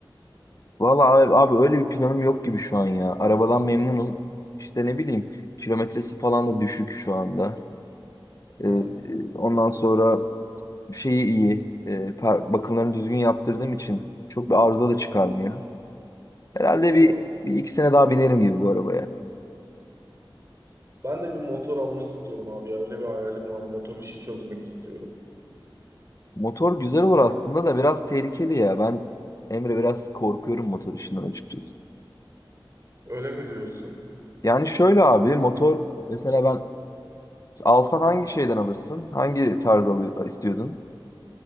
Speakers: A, on the left; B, on the right.
A: Valla abi, abi öyle bir planım yok gibi şu an ya. Arabadan memnunum. İşte ne bileyim kilometresi falan da düşük şu anda. Ee,
B: Hmm.
A: ondan sonra şeyi iyi. E, par- bakımlarını düzgün yaptırdığım için çok bir arıza da çıkarmıyor. Herhalde
B: Allah
A: bir,
B: Allah.
A: bir iki sene daha binerim gibi bu arabaya.
B: Ben de bir motor almak istiyorum abi ya. Öyle bir hayalim var. Motor işi çözmek istiyorum.
A: Motor güzel olur
B: Ya,
A: aslında da biraz tehlikeli ya. Ben Emre biraz korkuyorum motor işinden açıkçası.
B: öyle mi diyorsun?
A: Yani şöyle abi motor mesela ben alsan hangi şeyden alırsın? Hangi tarz alıyor, istiyordun?